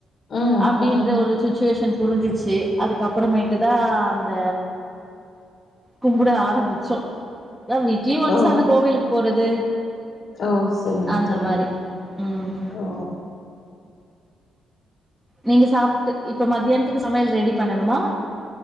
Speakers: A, on the left; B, in the centre.
A: ம்.
B: அப்டின்ற
A: ம்.
B: ஒரு சுச்சுவேஷன் புரிஞ்சிச்சு அதுக்கப்பற மேட்டுதா அந்த கும்புட ஆரம்பிச்சோ அதா வீக்லீ ஒன்ஸ்
A: ஓ!
B: அந்த கோவிலுக்கு போறது
A: ஓ! சரிங்க
B: அந்த
A: தோழி,
B: மாரி
A: சரி.
B: உம்
A: ஓ!
B: நீங்க சாப்ட்டு இப்ப மத்தியானத்துக்கு சமையல் ரெடி பண்ணணுமா